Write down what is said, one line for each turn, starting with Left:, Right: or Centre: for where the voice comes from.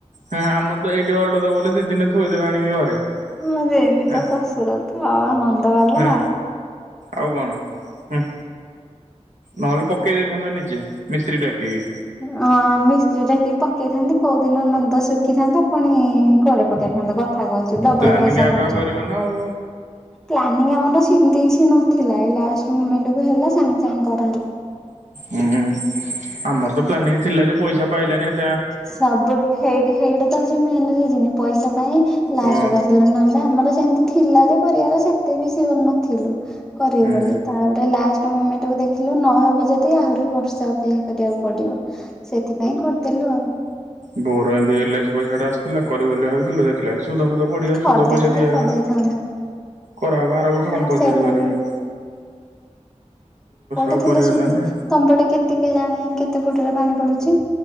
Right: ହେଁ-ହେଁ ଆମର ତ ଏଇଟି ଅର୍ଡର ଦବ ବୋଲେ ଦି ଦିନରେ ଥୋଇଦେବେ ଆଣିକି ଘରେ।
Centre: ହଁ ଯେମିତି
Right: ହଁ
Centre: ତ ଶ୍ୱଶୁର ତ ଆଉ ନନ୍ଦବାଲା।
Right: ହଁ ଆଉ କଣ ହୁଁ। ନହେଲେ ପକେଇ ଦେଇଥାନ୍ତା ନିଜେ ମିସ୍ତ୍ରୀ ଡାକିକି।
Centre: ହଁ ମିସ୍ତ୍ରୀ ଡାକି ପକେଇଥାନ୍ତି କୋଉ ଦିନ ନନ୍ଦ ଶୁଖିଥାନ୍ତା ପୁଣି ଘରେ ପକେଇଥାନ୍ତୁ କଥା କହୁଚୁ ଡବଲ
Right: ପ୍ଲାନିଂ
Centre: ପଇସା
Right: ଆଗୁଆ
Centre: ଖର୍ଚ୍ଚ।
Right: କରିବ ନା ଆଉ
Centre: ପ୍ଲାନିଂ ଆମର ସିମିତି କିଛି ନଥିଲା ଏଇ ଲାଷ୍ଟ ମୁମେଣ୍ଟକୁ ହେଲା ସାଙ୍ଗେ-ସାଙ୍ଗେ କରାହେଲା।
Right: ହୁଁ ଆମର ତ ପ୍ଲାନିଂ ଥିଲା ଯେ ପଇସା ପାଇଲାନି ଏ
Centre: ସେ ସବୁ ହେଇ ହେଇଟା ତ ହଉଚି ମେନ୍ ରିଜିନି ପଇସା ପାଇଁ ଲାଷ୍ଟକୁ
Right: ଓ
Centre: ଆସିଲୁ ନହେଲେ ଆମର ସେମିତି ଥିଲା ଯେ ପରିବାର ସେତେ ବେଶି ନଥିଲୁ। କରିବୁ
Right: ହୁଁ।
Centre: ବୋଲି ତାପରେ ଲାଷ୍ଟ ଗୋଟେ ମୁମେଣ୍ଟକୁ ଦେଖିଲୁ ନଅ ହଜାର ଦେଇ ଆହୁରି ବର୍ଷେ ଅପେକ୍ଷା କରିବାକୁ ପଡିବ ସେଥିପାଇଁ କରି ତେଲୁ ଆଉ।
Right: ବୋଉର ଏମିତି ଏଲ୍ ଆଇ‌ ସି ପଇସାଟା ଆସିଥିଲା କରିବୁ ବୋଲି ଭାବିଥିଲୁ ଦେଖିଲା ବେଳକୁ ସୁଧ ଫୁ ସୁଧ ପଡିଯାଉଛି
Centre: କରିଦେଇଥିଲେ
Right: ସୁଧ ପଇସା ଦିଆ ହେଇଗଲା,
Centre: କରିଦେଇଥାନ୍ତୁ
Right: କରା ହେବ ଆର ବର୍ଷ
Centre: ହଁ
Right: କମ୍ପଲସରି
Centre: ସେଇଟା
Right: କରିବି।
Centre: ବି କୂଅଟେ
Right: ଆଉ
Centre: ଥିଲେ
Right: କରିହେଲାନି।
Centre: ସୁବିଧା, ତମ ପଟେ କେତେ କେଜାଣି କେତେ ଫୁଟରେ ପାଣି ପଡୁଛି?